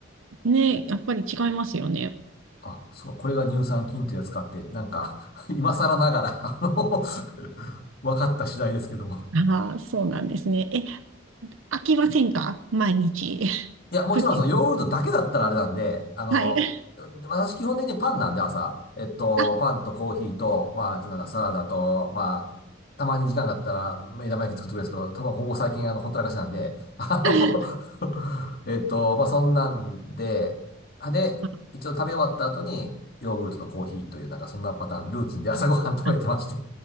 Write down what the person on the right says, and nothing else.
ね、やっぱり違いますよね。
ああ、そうなんですね。え、飽きませんか毎日。<laughs>
プリン
はい。
あ、
<laughs>
あ
あ